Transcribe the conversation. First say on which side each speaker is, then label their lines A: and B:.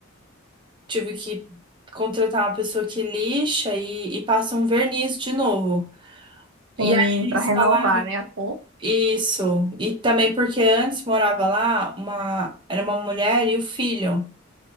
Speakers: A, on the right; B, on the right.
A: Tive que contratar uma pessoa que lixa e, e passa um verniz de novo. E
B: Tem
A: aí eles
B: pra renovar,
A: falaram
B: né, a cor.
A: isso. E também porque antes morava lá uma, era uma mulher e o filho.